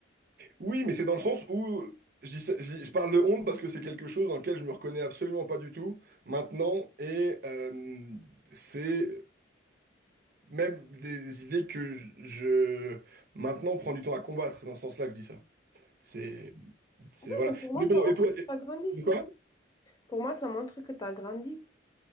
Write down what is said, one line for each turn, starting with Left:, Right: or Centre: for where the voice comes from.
Right: Oui, mais c'est dans le sens où je, dis ça- je- je parle de honte parce que c'est quelque chose dans lequel je me reconnais absolument pas du tout maintenant et euh, c'est même des idées que je, je- maintenant prends du temps à combattre. C'est dans ce sens-là que je dis ça. C'est c'est
Left: Oui,
Right: voilà.
Left: mais pour moi,
Right: Mais bon,
Left: ça
Right: et toi,
Left: montre
Right: et-
Left: que tu as grandi.
Right: de quoi?
Left: Pour moi, ça montre que tu as grandi.